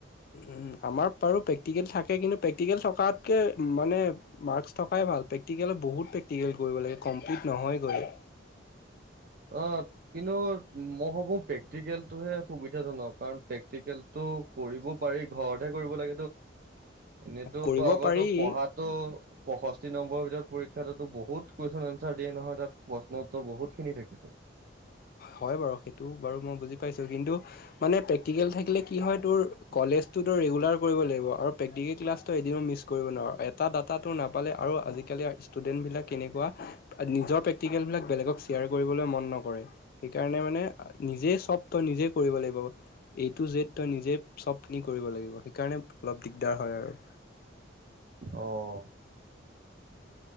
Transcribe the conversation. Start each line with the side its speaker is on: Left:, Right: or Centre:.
Left: উ আমাৰ বাৰু প্ৰেক্টিকেল থাকে কিন্তু প্ৰেক্টিকেল থকাতকে মানে মাৰ্ক থক ভ প্ৰেটত বহুত প্ৰেক্ট কৰিব লাগম্লি নহয়ৈ
Right: অ' কিন্তু মই ভাবো প্ৰেক্টিকেলতটোহে সুবিধাজনক কাৰণ প্ৰেক্টিকেল কৰিব পাৰি ঘৰতহে কৰিব লা এনেতো
Left: কৰিব
Right: আগতো
Left: পাৰি
Right: পঢ়াতো পয়ষষ্ঠি নম্বৰ ভিতৰত পৰীক্ষাতো বহুত কুৱেশন এঞ্চাৰ দিয়ে নহয় তাত প্ৰশ্ন উত্ত বহুতখিনি থাকে উঠ,
Left: হয় বাৰু, সেইটো বাৰু মই বুজি পাইছোঁ। কিন্তু মানে প্ৰেটিকেল থাকিলে কি হয় তুৰ কলেজত ৰেগুলাৰ কৰিব লাগিব আৰু প্ৰেক্টিকেল ক্লাছটো এদিনো মিছ কৰিব নোৱাৰোঁ। এটা ডাটা তোৰ নাপালে আৰু আজিকালি ষ্টুডেন্ট বিলাক কেনেকুৱা, নিজৰ প্ৰেক্টিকেল বিলাক বেলেগক শ্বেয়াৰ কৰিবলৈ মন নকৰে। সেইকাৰণে মানে নিজে চব তই নিজে কৰিব লাগিব। এই টু জেদ তই নিজে চব খিনি কৰিব লাগিব। সেইকাৰণে অলপ দিগদাৰ হয় আৰু
Right: আহ